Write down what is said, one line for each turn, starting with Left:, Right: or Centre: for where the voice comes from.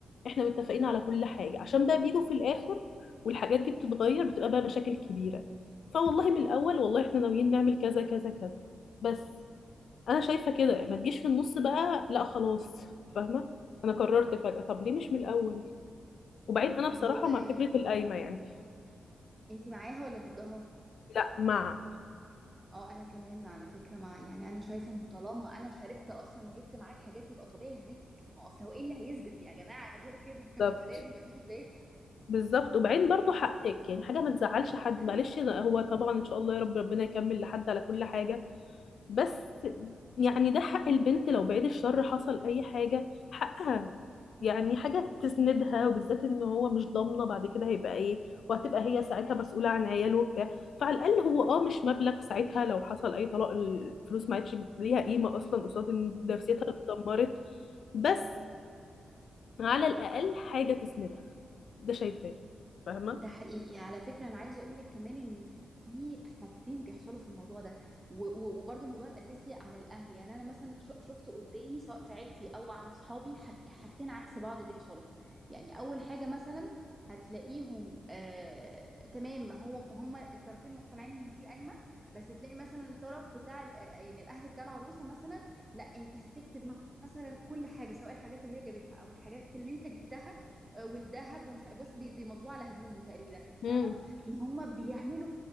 Left: احنا متفقين على كل حاجه عشان بقى بيجوا في الاخر والحاجات دي بتتغير بتبقى بقى مشاكل كبيره فوالله من الاول والله احنا ناويين نعمل كذا كذا كذا بس انا شايفه كده ما تجيش في النص بقى لا خلاص فاهمه انا قررت فجاه طب ليه مش من الاول وبعدين انا بصراحه
Right: طب هو ال...
Left: مع فكره القايمه يعني
Right: انتي معاها ولا ضدها؟
Left: لا مع
Right: اه انا كمان على فكره مع يعني انا شايفه انه طالما انا شاركت اصلا وجبت معاك حاجات يبقى طبيعي هنكتب ما هو اصل هو ايه اللي هيثبت يا جماعه غير كده <laughs>
Left: بالظبط
Right: ما هو لازم يبقى فيه اثبات
Left: بالظبط وبعدين برضو حقك يعني حاجه ما تزعلش حد
Right: ايوه
Left: معلش ده هو طبعا ان شاء الله يا رب ربنا يكمل لحد على كل حاجه بس يعني ده حق البنت لو بعيد الشر حصل اي حاجه حقها
Right: بالظبط
Left: يعني حاجه تسندها وبالذات ان هو مش ضامنه بعد كده هيبقى ايه وهتبقى هي ساعتها مسؤوله عن عياله وبتاع فعلى الاقل هو اه مش مبلغ ساعتها لو حصل اي طلاق الفلوس ما عادش ليها قيمه اصلا قصاد ان نفسيتها اللي اتدمرت بس على الاقل حاجه تسندها ده شايفاه فاهمه
Right: ده حقيقي على فكرة أنا عايزة أقول لك كمان إن في حاجتين بيحصلوا في الموضوع ده و- و- وبرضه الموضوع الأساسي عن الأهل يعني أنا مثلا ش- شفت قدامي سواء في عيلتي أو عند صحابي حاج- حاجتين عكس بعض بيحصلوا يعني أول حاجة مثلا هتلاقيهم آه تمام هو هما الطرفين مقتنعين إن في قايمة بس تلاقي مثلا الطرف بتاع ال- آه، يعني الأهل بتاع العروسة مثلا لا أنت هتكتب مثلا كل حاجة سواء الحاجات اللي هي جابتها أو الحاجات اللي أنت جبتها آه، والذهب ومش بص بي- بيمضوه على هدومه تقريبا يعني انت فاهمه
Left: امم
Right: ان هم بيعملوا